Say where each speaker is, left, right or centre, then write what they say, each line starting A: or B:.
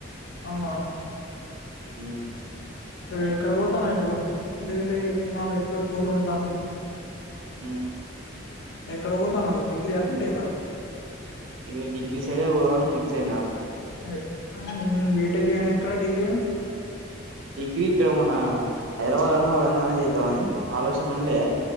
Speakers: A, on the left (about 55°); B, on the right (about 70°).
A: ఔన
B: ఉమ్మ్
A: నువ్ ఎక్కడ పోతన్నావ్ ఇప్పుడు లేదులే ఇది తినాలి ఇప్పుడే కూరలు వండుతాము
B: ఉమ్
A: ఏక్కడ వొతానవ్ డిగ్రీ ఆ బిటెక్ అ
B: ఇగ డిగ్రీ సైడ్ ఏ వొదాం అని ఫిక్స్ అయిన
A: అదే ఆ నేను బిటెక్ అయిన ఎక్కడ డిగ్రీ
B: డిగ్రీ ఇక్కడ మన హైద్రవాద్ అన్న వరంగల్ అన్న ఏద్దామని ఆలోచన ఉండే